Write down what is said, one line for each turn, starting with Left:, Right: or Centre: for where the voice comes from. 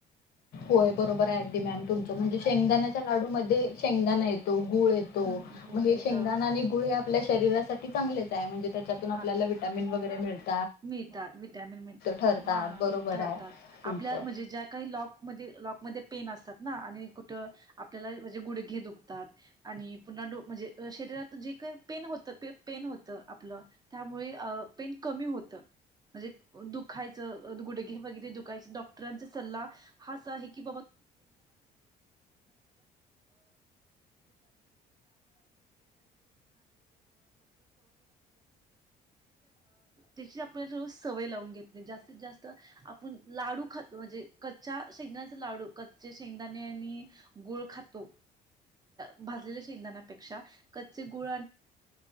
Left: होय बरोबर, आहे दि मॅम तुमच म्हणजे शेंगदाणाच्या लाडू मध्ये शेंगदाणा येतो. गुळ येतो
Right: मॅम गुळ
Left: म हे
Right: येतं
Left: शेंगदाणा आणि गुळ आपल्या शरीरासाठी चांगलेच आहे म्हणजे त्याच्यातून,
Right: हा.
Left: आपल्याला व्हिटॅमिन वगैरे मिळत.
Right: मिळतात, व्हिटामिन मिल
Left: ठरतात
Right: हा
Left: बरोबर
Right: ठरतात.
Left: आहे तुमचं
Right: आपल्या म्हणजे ज्या काही लॉक म्हणजे लॉक गुडघ्यामध्ये पेन असतात ना आणि कुठ आपापल्या गुडघे दुखतात आणि पुन्हा म्हणजे शरीरात जे काही पेन होत पेन होत ते आपल त्यामुळे पेन कमी होत म्हणजे दुखायच गुडघे वगैरे डॉक्टरांचा सल्ला हाच आहे की तिची आपण सवय लाऊन घेतली जास्तीत जास्त आपण लाडू खातो कच्च्या शेंगदाना चा लाडू कच्चे शेंगदाणे आणि गूळ खातो भाजलेल्या शेंगदाणा च्या पेक्षा कच्चे गूळ